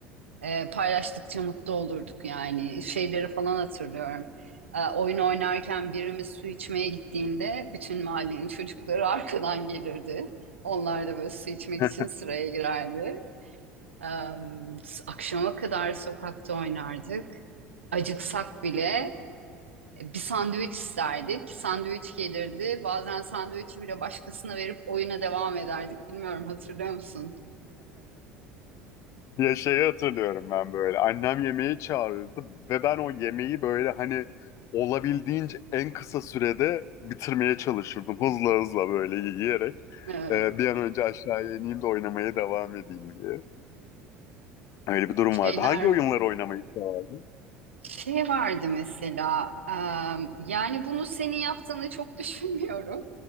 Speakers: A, on the right; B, on the left.
A: E, paylaştıkça mutlu olurduk yani. Şeyleri falan hatırlıyorum. E, oyun oynarken birimiz su içmeye gittiğinde bütün mahallenin çocukları <laughs> arkadan gelirdi. Onlar da böyle su içmek
B: <laughs>
A: için sıraya girerdi. E, akşama kadar sokakta oynardık. Acıksak bile e, bir sandviç isterdik. Sandviç gelirdi. Bazen sandviçi bile başkasına verip oyuna devam ederdik. Bilmiyorum hatırlıyor musun?
B: Ya şeyi hatırlıyorum ben böyle. Annem yemeği çağırıyordu ve ben o yemeği böyle hani olabildiğince en kısa sürede bitirmeye çalışırdım. Hızla hızla böyle yiyerek.
A: E,
B: Ee, bir an önce aşağıya ineyim de oynamaya devam edeyim diye. Öyle bir durum
A: şeyler
B: vardı. Hangi oyunları oynamayı severdin?
A: Şey vardı mesela, em, yani bunu senin yaptığını çok <laughs> düşünmüyorum